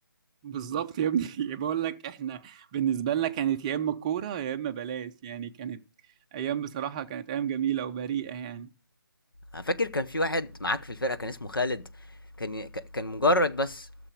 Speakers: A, on the right; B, on the left.
A: بالظبط يا ابني <laughs> بقول لك احنا بالنسبه لنا كانت يا اما كوره يا اما بلاش يعني كانت ايام بصراحه كانت ايام جميله وبريئه يعني
B: انا فاكر كان في واحد معاك في الفرقه كان اسمه خالد كان ي- ك- كان مجرد بس